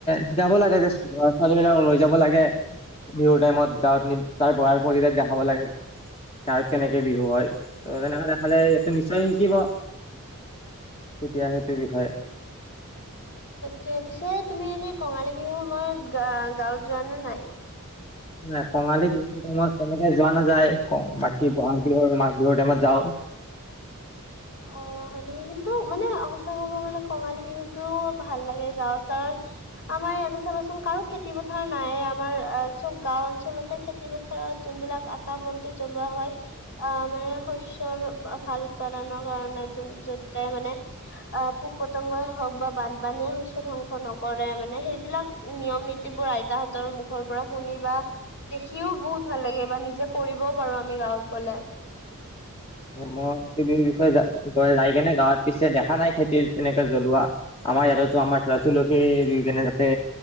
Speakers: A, on the left (about 25°); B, on the left (about 55°).
A: শিকাব লাগে যে, ল'ৰা ছোৱালী বিলাক লৈ যাব লাগে। বিহু টাইমত গাঁৱত নি তাৰ গাৱঁৰ পৰিবেশ দেখাব লাগে। গাৱঁত কেনেকে বিহু হয়, ত' তেনেকে দেখালে সিহঁতি নিশ্চয় শিকিব। তেতিয়া সেইটো বিষয়ে
B: তে পিছে তুমি এনে কঙালী বিহৰু সময়ত গা-গাঁৱত যোৱা নে নাই?
A: নাই কঙালী বিহুৰ টাইমত তেনেকে যোৱা নাযায়, বাকী বহাগ বিহুৰ, মাঘ বিহুৰ টাইমত যাওঁ।
B: অ', হয় নেকি কিন্তু মানে সঁচা ক'ব গলে কঙালী বিহুটো ভাল লাগে গাঁৱত কাৰণ আমাৰ ইয়াতে চাবাচোন কাৰো খেতি পথাৰ নাইয়ে আমাৰ চব গাওঁ অঞ্চলতে খেত খেতি পথাৰত যোনবিলাক আকাশ বন্তি জ্বলোৱা হয়। আহ মানে শস্যৰ ভাল উৎপাদনৰ কাৰণে য যতে মানে, আহ পোক পতংগই হওক বা বানপানীয়ে শস্য ধ্বংস নকৰে মানে সেইবিলাক, নিয়ম নীতিবোৰ আইতাহঁতৰ মুখৰ পৰা শুনি বা, দেখিও বহুত ভাল লাগে বা নিজে কৰিবও পাৰো আমি গাঁৱত গ'লে।
A: মই এইটো বিষয়ে যাই কেনে গাঁৱত পিছে দেখা নাই খেতিৰ এনেকে জ্বলোৱা। আমাৰ ইয়াতেতো আমাৰ তুলসী ৰুই কেনে তাতে,